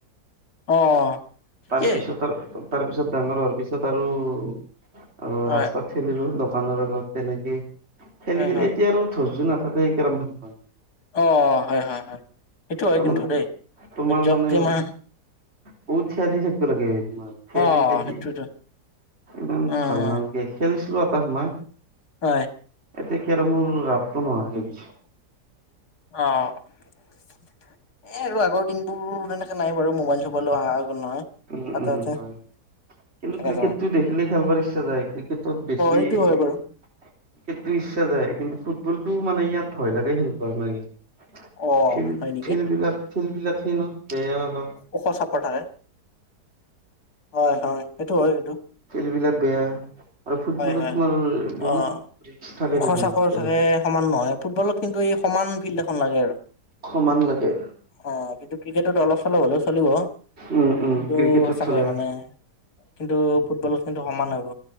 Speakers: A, on the left; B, on the right.
A: অ', ঠিকেই
B: তাৰ পিছত তাৰ পিছত ডাঙৰ হোৱাৰ পিছত আৰু অ
A: হয়
B: ৰাস্তাত খেলিলো দোকানৰ আগ তেনেকেই খেলি-খেলি
A: হয় হয়
B: এতিয়া আৰু ধৈৰ্য নাথাকে কেৰম খেলা।
A: অ হয় হয় হয়! সেইটো হয়
B: তাৰমানে
A: কিন্তু দেই
B: তোমাৰ
A: জক্তি
B: মানে
A: মাহ
B: বহুত থিয়া দি থাকবা লাগে! তোমাৰ থিয়
A: অ
B: দি থিয় দি
A: সেইটোতো
B: ইমান
A: উম
B: ভাল নালাগে খেলিছিলো এটা সময়ত
A: হয়!
B: এতিয়া কেৰেমৰ ৰাপটো নোহাৱা হৈ গৈছি!
A: অ এ আৰু আগৰ দিনবোৰ তেনেকে নাই বাৰু মোবাইল চোবাইলো অহা নহয়
B: উম
A: পাতে
B: উম
A: উতে তাকে
B: হয় কিন্তু ক্ৰিকেটটো
A: যাৱা
B: দেখিলে খেলবাৰ ইচ্ছা যায় ক্ৰিকেটতো বেছি
A: এইটো হয় বাৰু
B: সেইটো ইচ্ছা যায় কিন্তু ফুটবলটো মানে ইয়াত ভয় লাগে খেলবা আমাৰ ইয়াত
A: অ
B: ফিল
A: হয় নেকি?
B: ফিল্ড বিলাক ফিল্ড বিলাক সেই ন বেয়া অলপ
A: ওখ চাপৰ থাকে! হয়, হয় সেইটো হয় এইটো
B: খেলবিলাক বেয়া আৰু ফুটবলত
A: হয়
B: তোমাৰ বহুত
A: অ।
B: ৰিক্স থাকেতো
A: ওখ
B: তোমাৰ
A: চাপৰ
B: তেনেকোৱা
A: থাকে সমান নহয় ফুটবলত কিন্তু এই সমান ফিল্ড এখন লাগে আৰু
B: সমান লাগে!
A: অ', কিন্তু ক্ৰিকেটত অলপ চলপ হলেও চলিব কিন্তু
B: উম উম ক্ৰিকেটত
A: সঁচাকে
B: চলে
A: মানে কিন্তু ফুটবলত কিন্তু সমান লাগিব